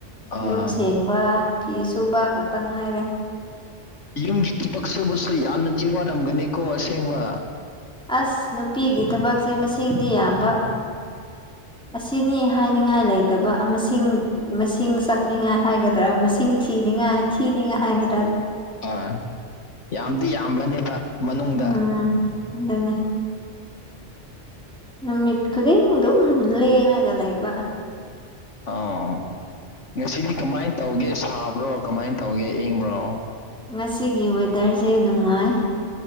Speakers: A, on the left; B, in the centre.
A: ꯑ
B: ꯌꯨꯝ ꯁꯦꯡꯕ ꯐꯤ ꯁꯨꯕ ꯈꯛꯇ ꯉꯥꯏꯔꯦ
A: ꯌꯨꯝꯒꯤ ꯊꯕꯛꯁꯨꯕꯁꯨ ꯌꯥꯝꯅꯗꯤ ꯋꯥꯔꯝꯒꯅꯤꯀꯣ ꯑꯁꯦꯡꯕ
B: ꯑꯁ ꯅꯨꯄꯤꯒꯤ ꯊꯕꯛꯁꯦ ꯃꯁꯤꯡꯗꯤ ꯌꯥꯝꯕ ꯑꯁꯤꯅꯤ ꯍꯥꯏꯅꯤꯡꯉꯥꯏ ꯂꯩꯇꯕ ꯑꯃꯁꯤꯡ ꯃꯁꯤꯡ ꯆꯥꯛꯅꯤꯡꯉꯥꯏ ꯍꯥꯏꯒꯗ꯭ꯔꯥ ꯃꯁꯤꯡ ꯊꯤꯅꯤꯡꯉꯥꯏ ꯊꯤꯅꯤꯡꯉꯥꯏ ꯍꯥꯏ ꯊꯤ
A: ꯑꯥ ꯌꯥꯝꯗꯤ ꯌꯥꯝꯕꯅꯦꯕ ꯃꯅꯨꯡꯗ
B: ꯎꯝ ꯑꯗꯨꯅꯦ ꯅꯨꯃꯤꯠ ꯈꯨꯗꯤꯡ ꯗꯨꯝ ꯂꯦꯡꯔꯒ ꯂꯩꯕ
A: ꯑꯣ ꯉꯁꯤꯗꯤ ꯀꯃꯥꯏꯅ ꯇꯧꯒꯦ ꯁꯥ ꯕ꯭ꯔꯣ ꯀꯃꯥꯏꯅ ꯇꯧꯒꯦ ꯏꯪꯕ꯭ꯔꯣ
B: ꯉꯁꯤꯒꯤ ꯋꯦꯗꯔꯁꯦ ꯅꯨꯡꯉꯥꯏ